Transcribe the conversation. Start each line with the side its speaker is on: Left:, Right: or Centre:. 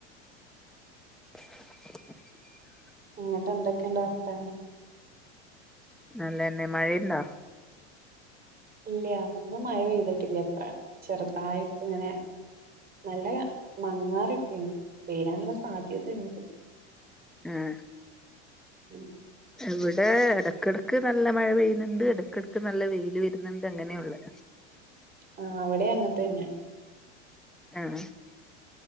Centre: <inaudible>
Right: ന്നട്ട് എന്തൊക്കെയണ്ട് വർത്താനം
Centre: നല്ലെന്നെ മഴണ്ടോ
Right: ഇല്ല ഇന്നും മഴ പെയ്തിട്ടില്ല ചെറുതായിട്ട് ഇങ്ങനെയാ നല്ല മങ്ങാറട്ടിനു വേരാനുള്ള സാധ്യത ഉണ്ട്
Centre: ഉം
Right: ഉം
Centre: ഇവിടെ ഇടക്കിടക്ക് നല്ല മഴ പെയ്യുന്നുണ്ട് ഇടക്കിടക്ക് നല്ല വെയിൽ വരുന്നുണ്ട് അങ്ങനെയള്ളേ
Right: <inaudible> ആ അവിടെ അങ്ങനെ തന്നെ
Centre: ആഹ